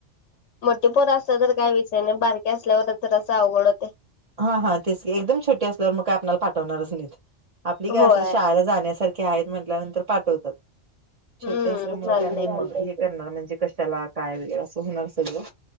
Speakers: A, on the left (about 80°); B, on the right (about 30°).
A: मोठे पोर असल्या तर काय विषय नाही बारकीे असल्यावरच जर असं अवघड होते य
B: हा हा तेच एकदम छोटी असल्यावर मग काय आपल्याला पाठवणारच नाहीत आपली काय
A: होय
B: अस शाळेला जाण्यासारख ते आहेत म्हटल्यानंतर पाठवतात छोटी
A: हम्म
B: असल्यामुळे
A: चालतय की
B: करणार म्हणजे कशाला काय वगैरे असं होणार सगळं